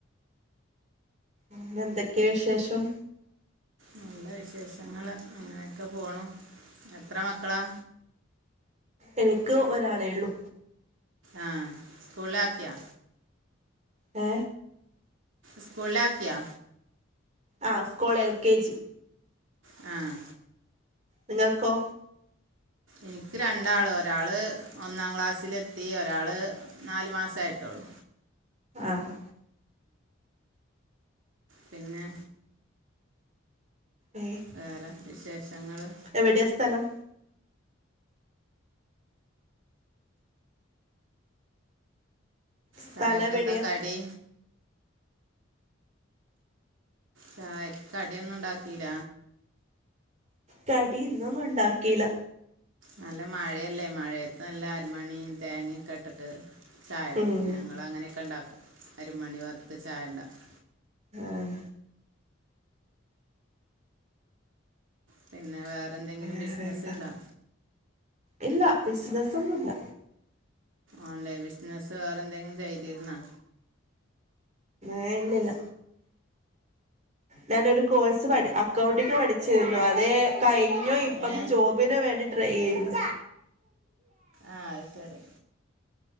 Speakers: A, on the right; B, on the right.
A: പിന്നെന്തൊക്കെ വിശേഷം?
B: നല്ല വിശേഷങ്ങള് ങ്ങനെയൊക്കെ പോണു. എത്ര മക്കളാ?
A: എനിക്ക് ഒരാളേ ഉള്ളു.
B: ആഹ് സ്കൂള്ലക്കിയാ.
A: ഏ
B: സ്കൂളിലക്കിയ?
A: ആ സ്കൂൾ എൽ കെ ജി.
B: ആ
A: നിങ്ങൾക്കോ?
B: എനിക്ക് രണ്ടാള് ഒരാള് ഒന്നാം ക്ലാസ്സിലെത്തി. ഒരാള് നാല് മാസമായിട്ടോള്ളൂ.
A: ആഹ്
B: പിന്നെ
A: ഏ
B: വേറെ വിശേഷങ്ങള്.
A: എവിടെയാ സ്ഥലം? സ്ഥലം
B: ചായക്ക
A: എവിടെയാ
B: എന്താ കടി? ചായക്ക്‌ കടിയൊന്നും ഒണ്ടാക്കില?
A: കടി ഇന്നൊന്നും ഒണ്ടാക്കിയില്ല.
B: നല്ല മഴയല്ലേ. മഴയത്ത് നല്ല അരിമണിയും തേങ്ങൊക്കെ ഇ ഇട്ടിട്ട് ചായ കുടിക്കും.
A: ഉം
B: ഞങ്ങൾ അങ്ങനെയൊക്കെ ഒണ്ടാക്കും. അരിമണി വറത്ത് ചായ ഒണ്ടാക്കും.
A: ആഹ്
B: പിന്നെ വേറെ എന്തെങ്കിലും
A: വേറെന്താ
B: ബിസിനസ് ഇണ്ടോ?
A: ഇല്ല ബിസിനസ്സ് ഒന്നും ഇല്ല.
B: ഓൺലൈൻ ബിസിനസ്സ് വേറെ എന്തെങ്കിലും ചെയ്തിരുന്നോ?
A: ഏയ്‌ ഇല്ലില്ല. ഞാനൊരു കോഴ്സ് പ അക്കൗണ്ടിങ് പഠിച്ചിരുന്നു. അത് കഴിഞ്ഞു ഇപ്പം
B: ഏ
A: ജോബ് ജോബിന് വേണ്ടി ട്രൈ ചെയ്യുന്നു.
B: ആഹ് അത് ശരി